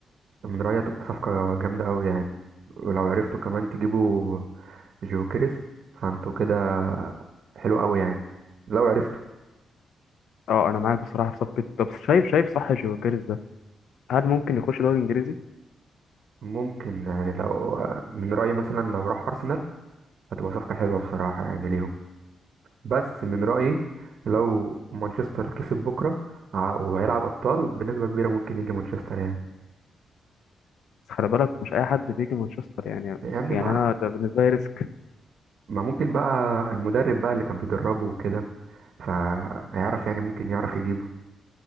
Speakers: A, on the right; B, on the left.
A: من رأيي تبقى صفقة جامدة أوي يعني ولو عرفتوا كمان تجيبوا جوكريس فانتوا كده حلو أوي يعني لو عرفتوا
B: اه انا معاك بصراحه في صفقه طب شايف شايف صح جيوكيرز ده هل ممكن يخش دوري انجليزي
A: ممكن يعني لو من رأيي مثلا لو راح أرسنال هتبقى صفقة حلوة بصراحة يعني ليهم بس من رأيي لو مانشستر كسب بكرة ع- وهيلعب أبطال بنسبة كبيرة ممكن يجي مانشستر يعني
B: بس خلي بالك مش اي حد بيجي مانشستر يعني
A: يعني
B: يعني
A: مع
B: انا ده بالنسبه لي ريسك
A: ما ما ممكن بقى المدرب بقى اللي كان بيدربه وكده فهيعرف يعني ممكن يعرف يجيبه